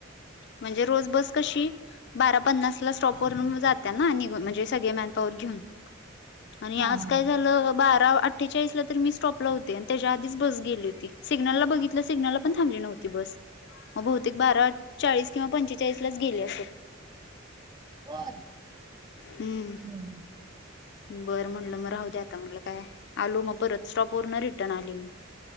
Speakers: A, on the left; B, on the right.
A: म्हणजे रोज बस कशी बारा पन्नासला स्टॉप वरून जात्या ना निघून म्हणजे सगळे मॅनपावर घेऊन. आणि आज
B: हा
A: काय
B: हा
A: झालं बारा अठ्ठेचाळीस ला तर मी स्टॉपला होते आणि त्याच्या आधीच बस गेली होती सिग्नलला बघितलं सिग्नल ला पण थांबली नव्हती बस मग बहुतेक बारा चाळीस किंवा पंचेचाळीस लाच गेले असेल
B: कोन
A: हम्म
B: हम् ह
A: बरं म्हटलं मग राहू दे्या आता म्हटलं काय आलू मग परत स्टॉप वर न रिटर्न आली